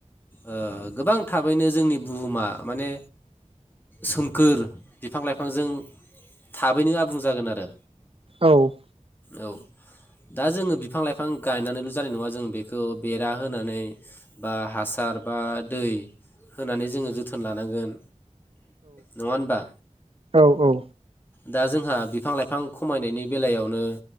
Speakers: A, on the left; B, on the right.
A: ओ गोबांथाब बैनो जोंनि बुहुमा माने सोमखोर बिफां लाइफांजों थाबैनो आबुं जागोन आरो
B: औ औ
A: औ दा जोङो बिफां लाइफां गायनानैल' जानाय नङा जों बेखौ बेरा होनानै बा हासार बा दै होनानै जोङो जोथोन लानांगोन। नङा होनबा।
B: औ औ
A: दा जोंहा बिफां लाइफां खमायनायनि बेलायावनो